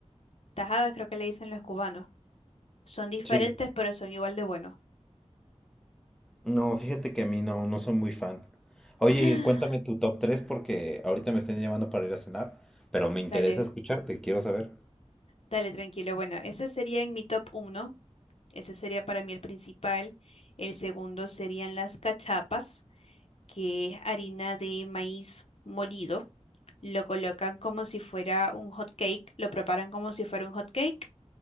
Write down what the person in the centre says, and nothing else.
Sí.
No, fíjate que a mí no, no soy muy fan. Oye,
y cuéntame tu top 3 porque ahorita me están llamando para ir a cenar, pero
me interesa escucharte, quiero saber.